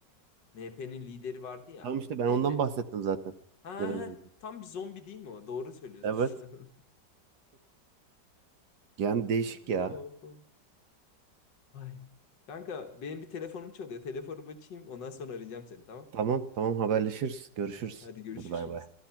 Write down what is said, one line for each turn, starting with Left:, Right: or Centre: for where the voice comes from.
Left: MHP'nin lideri vardı ya
Right: Tamam işte ben ondan
Left: devlet.
Right: bahsettim zaten.
Left: Ha,
Right: Biraz
Left: ha,
Right: önce.
Left: tam bir zombi değil mi o? Doğru söylüyorsun.
Right: Evet.
Left: <laughs>
Right: Yani değişik ya.
Left: Oh, oh. Ay. Kanka benim bir telefonum çalıyor. Telefonumu açayım ondan sonra arayacağım seni tamam.
Right: Tamam tamam haberleşiriz. Görüşürüz.
Left: Eh, Hadi görüşürüz.
Right: Hadi bay bay.